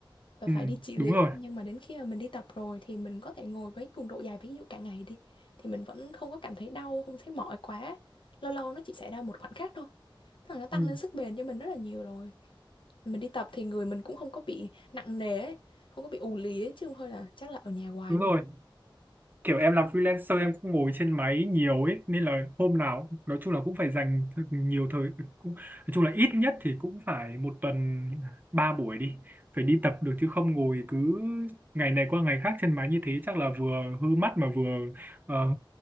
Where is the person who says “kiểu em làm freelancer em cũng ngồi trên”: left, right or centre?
Right